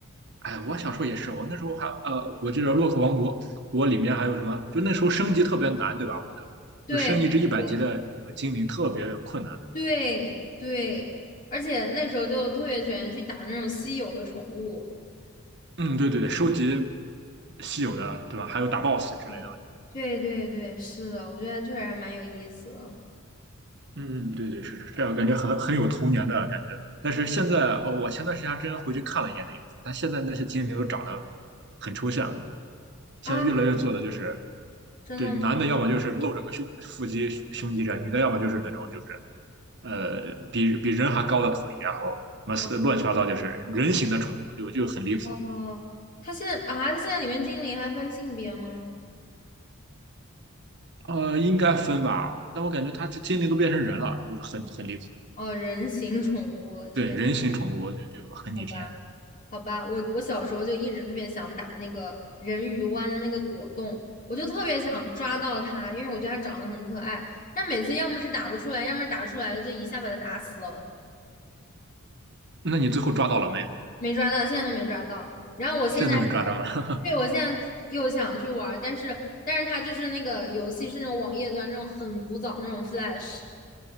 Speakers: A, on the right; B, on the left.
A: 哎，我小时候也是，我那时候还呃，我记得《洛克王国》，我里面还有什么？就那时候升级特别难，对吧？我记得，
B: 对对
A: 就升一只一百级的那个精灵特别困难。
B: 对，对。而且那时候就特别喜欢去打那种稀有的宠物。
A: 嗯，对对对，收集稀有的，对吧？还有打 BOSS 之类的。
B: 对对对对，是的，我觉得确实还蛮有意思的
A: 嗯，嗯对对是，这样，感觉很很有童年的感觉。但是现在，哦，我前段时间还真回去看了一眼那个，但现在那些精灵都长得很抽象，现在越来越做的就是，
B: 啊，真的吗？
A: 对，男的要么就是露着个胸腹肌胸肌这样，女的要么就是那种就是呃比比人还高的腿，然后什么乱七八糟就是人形的宠物，
B: 啊。
A: 就就很离谱。
B: 哦，他现在啊，他现在里面精灵还分性别吗？
A: 呃，应该分吧，但我感觉它这精灵都变成人了，就是很很离谱。
B: 哦，人形宠物了，天，
A: 对，人形宠物就就很逆天。
B: 好吧，好吧，我我小时候就一直特别想打那个人鱼湾的那个果冻，我就特别想抓到它，因为我觉得它长得很可爱，但每次要么是打不出来，要么是打出来了就一下把它打死了，
A: 那你最后抓到了没？
B: 没抓到，现在都没抓到。然后我现在是，
A: 现在都被抓到了。
B: 对，
A: <laughs>
B: 我现在又想去玩儿但是但是它就是那个游戏是那种网页端那种很古早那种 Flash，